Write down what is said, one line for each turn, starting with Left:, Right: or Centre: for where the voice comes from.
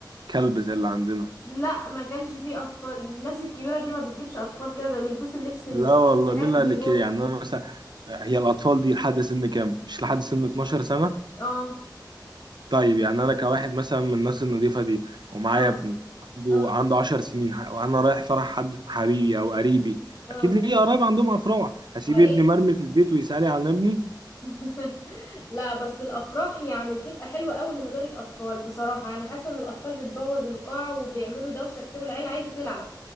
Right: كلب زي اللي عندنا
Left: لا ما كانش فيه أطفال الناس الكبيرة دي ما بتجيبش أطفال كده ده بيلبسوا اللبس اللي
Right: لا والله
Left: هاتوا
Right: مين اللي
Left: بيروحوا
Right: قال لك كده يعني أنا مثلا هي الأطفال دي لحد سن كام؟ مش لحد سن 12 سنة؟
Left: اه
Right: طيب يعني انا كواحد مثلا من الناس النظيفه دي ومعايا
Left: اه
Right: ابني عنده
Left: اه
Right: عنده 10 سنين ح- وانا رايح فرح حد حبيبي او قريبي
Left: اه
Right: اكيد ليه قرايب عندهم افراح هسيب
Left: حقيقي
Right: ابني مرمي في البيت ويسالي على ابني
Left: <laughs> لا بس الافراح يعني بتبقى حلوه قوي من غير الاطفال بصراحه انا حاسه ان الاطفال بتبوظ القاعه وبيعملوا دوشه كتير والعيله عايزه تلعب